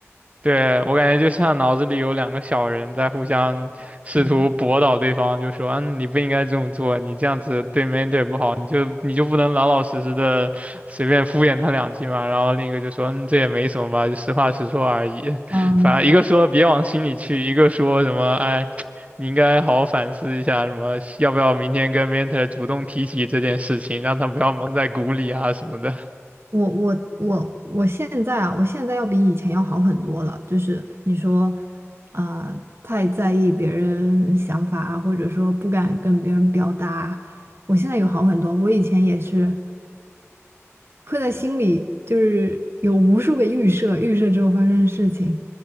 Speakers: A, on the right (about 30°); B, on the right (about 55°).
A: 对，我感觉就像脑子里有两个小人在互相试图驳倒对方，
B: 嗯，
A: 就说：“嗯，你不应该这么做，你这样子对 mentor 不好，你就你就不能老老实实的随便敷衍他两句嘛。”然后另一个就说：“嗯，这也没什么吧，就实话实说而已。”反正一个说别往心里去，
B: 嗯
A: 一个说什么：“哎，你应该好好反思一下，什么要不要明天跟 mentor 主动提起这件事情，让他不要蒙在鼓里啊什么的。”
B: 我我我我现在啊，我现在要比以前要好很多了。就是你说，啊、太在意别人想法啊，或者说不敢跟别人表达，我现在有好很多。我以前也是，会在心里就是有无数个预设，预设之后发生的事情。